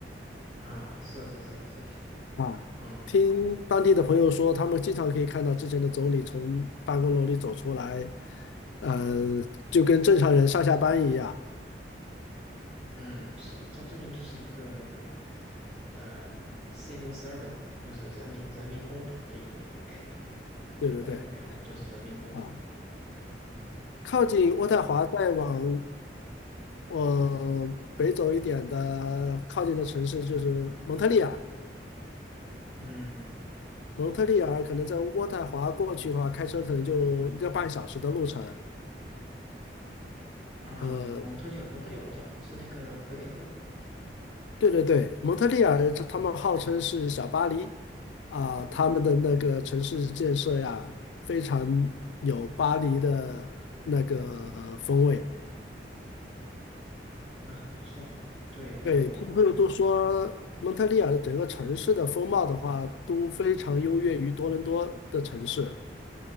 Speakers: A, on the right; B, on the left.
A: 啊，是是是是，
B: 啊，
A: 嗯
B: 听当地的朋友说，他们经常可以看到之前的总理从办公楼里走出来，呃，就跟正常人上下班一样。
A: 嗯，是，他这边就是一个那个呃，civil servant，就是人民人民公仆的一个一个概念，
B: 对对对，
A: 就公务员嘛，就是人民公仆嘛。
B: 啊，靠近渥太华再往
A: 嗯
B: 呃北走一点的靠近的城市就是蒙特利尔。
A: 嗯
B: 蒙特利尔可能在渥太华过去的话，开车可能就一个半小时的路程。
A: 啊，
B: 呃，
A: 蒙特利尔，蒙特利尔我知道是那个魁北克，
B: 对对对，蒙特利尔他他们号称是小巴黎啊，他们的那个城市建设呀，非常有巴黎的那个风味。
A: 那很不错啊。对对，
B: 对，
A: 我
B: 听朋友都说蒙特利尔的整个城市的风貌的话，都非常优越于多伦多的城市。